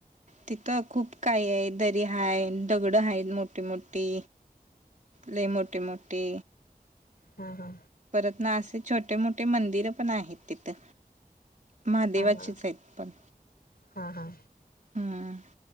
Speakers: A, on the right; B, on the left.
A: तिथं खूप काही आहे दर्या आहे दगडं आहेत मोठीे मोठीे ल मोठे मोठे
B: हा हा
A: परत ना असे छोटे मोठे मंदिर पण आहेत तिथं महादेवाचेच
B: हां हां
A: आहेत पण
B: हां हां
A: हं.